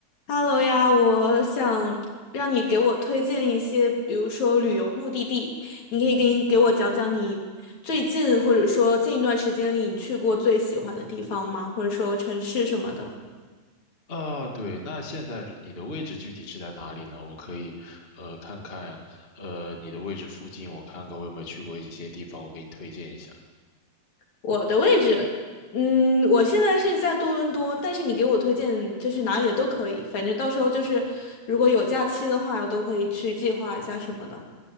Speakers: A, on the left; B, on the left.
A: Hello 呀，我想让你给我推荐一些，比如说旅游目的地，你可以给给我讲讲你最近或者说近一段时间里你去过最喜欢的地方吗？或者说城市什么的。
B: 啊，对，那现在你的位置具体是在哪里呢？我可以，呃，看看，呃，你的位置附近，我看看我有没有去过一些地方，我给你推荐一下。
A: 我的位置，嗯，我现在是在多伦多，但是你给我推荐就是哪里的都可以，反正到时候就是如果有假期的话，我都可以去计划一下什么的。